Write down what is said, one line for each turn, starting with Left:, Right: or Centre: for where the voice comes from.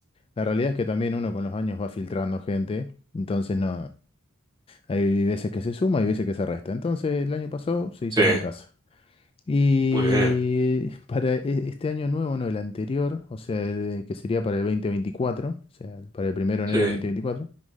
Left: La realidad es que también uno con los años va filtrando gente, entonces no, hay veces que se suma y veces que se resta. Entonces el año pasado se hizo
Right: Sí,
Left: acá en casa. Y
Right: muy bien.
Left: <laughs> para e- este año nuevo, no, el anterior, o sea, el que sería para el 2024, o sea, para el primero
Right: Sí,
Left: de enero de 2024,